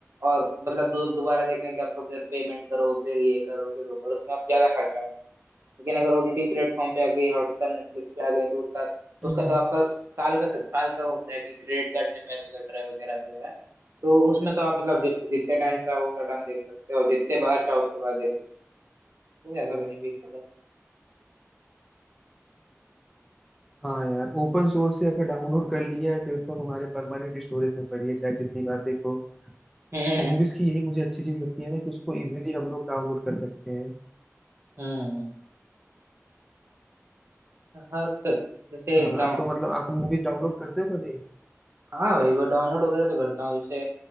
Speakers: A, on the right; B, in the centre.
A: और मतलब दो- दोबारा देखने के आपको फिर पेमेंट करो फिर ये करो फिर वो करो उसमें आप ज्यादा खर्चा होगा लेकिन अगर ओटीटी प्लेटफॉर्म पे आ गई हॉटस्टार नेटफ्लिक्स पे आ गए तो उसका
B: हम्म।
A: उसका तो आपका साल का साल का होता है कि क्रेडिट कार्ड से पैसे कट रहे हैं वगैरह वगैरह तो उसमें तो आप मतलब जित- जितने टाइम चाहो उतना टाइम देख सकते हो जितने बार चाहो उतने बार देख सकते हो तो ज्यादा बेनिफिशियल है
B: हाँ यार ओपन सोर्स से अगर डाउनलोड कर लिया है फिर तो तुम्हारे परमानेंट स्टोरेज में पड़ी है चाहे जितनी बार देखो
A: हम्म
B: मूवीज की यही मुझे अच्छी चीज लगती है ना कि उसको इजीली हम लोग डाउनलोड कर सकते हैं
A: हम्म हाँ तो जैसे
B: हाँ
A: डाउन
B: तो मतलब आप मूवीज डाउनलोड करते हो कभी
A: हाँ भाई वो डाउनलोड वगैरह तो करता हूँ जैसे